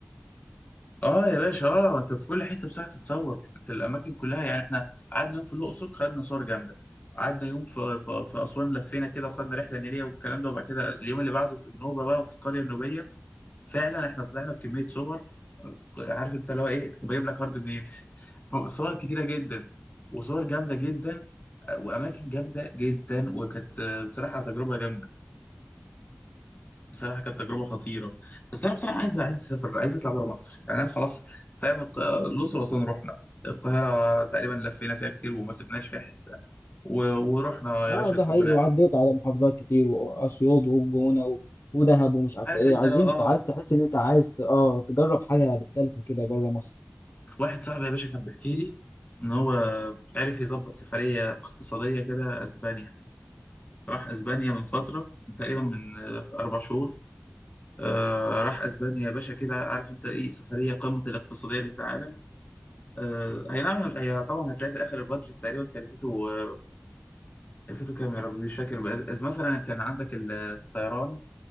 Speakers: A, on the left; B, on the left.
A: آه يا باشا آه أنت في كل حتة بصراحة تتصور أنت الأماكن كلها يعني إحنا قعدنا يوم في الأقصر خدنا صور جامدة قعدنا يوم في في, في أسوان لفينا كده وخدنا رحلة نيلية والكلام ده وبعد كده اليوم اللي بعده في النوبة بقى وفي القرية النوبية فعلا احنا طلعنا بكميه صور عارف انت اللي هو ايه طب اجيب لك هارد منين <laughs> صور كتيره جدا وصور جامده جدا واماكن جامده جدا وكانت بصراحه تجربه جامده بصراحه كانت تجربه خطيره بس انا بصراحه عايز عايز اسافر عايز اطلع بره مصر يعني انا خلاص فاهم الق- الاقصر واسوان رحنا القاهره تقريبا لفينا فيها كتير وما سبناش فيها حته و- ورحنا
B: اه
A: يا باشا
B: ده
A: الجونه
B: حقيقي وعديت على محافظات كتير واسيوط والجونه و... ودهب ومش عارف
A: عارف
B: ايه
A: انت
B: عايزين
A: لا اه
B: انت عارف تحس ان انت عايز ت- اه تجرب حاجه مختلفه كده بره مصر
A: واحد صاحبي يا باشا كان بيحكي لي ان هو عرف يظبط سفريه اقتصاديه كده اسبانيا راح اسبانيا من فتره من تقريبا من آه، اربع شهور آه، راح اسبانيا يا باشا كده عارف انت ايه سفريه قمه الاقتصاديه اللي في العالم آه، اي نعم هي طبعا هتلاقي في الاخر البادجت تقريبا كلفته آه، كلفته كام يا ربي مش فاكر بس مثلا كان عندك الطيران